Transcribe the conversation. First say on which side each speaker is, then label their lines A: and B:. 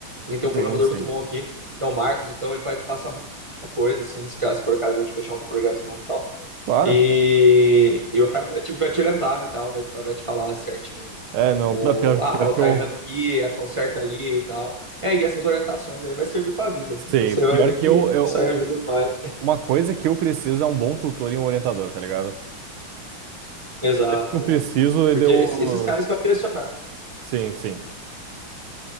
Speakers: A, on the right (about 40°); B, on the right (about 80°).
A: e tem um programador
B: Sim, sim.
A: muito bom aqui, que é o Marcos, então ele vai te passar muita coisa, assim, se, ca- se for caso a gente fechar algum projeto junto e tal.
B: Claro.
A: E, e o cara vai, tipo, vai te orientar e tal, vai, vai te falar certinho
B: É, não,
A: o,
B: é pior,
A: ah,
B: pior
A: o
B: que
A: tá
B: eu.
A: errando aqui, a conserta ali e tal. É, e essas orientações aí vai servir pra vida.
B: Sim,
A: Depois você vai
B: pior
A: ver
B: que
A: que
B: eu, eu.
A: isso
B: um-
A: aí ajuda demais.
B: Uma coisa que eu preciso é um bom tutor e um orientador, tá ligado?
A: Exato,
B: Eu preciso
A: é.
B: e
A: Porque
B: deu.
A: esse- esses caras vão direcionar.
B: Sim, sim.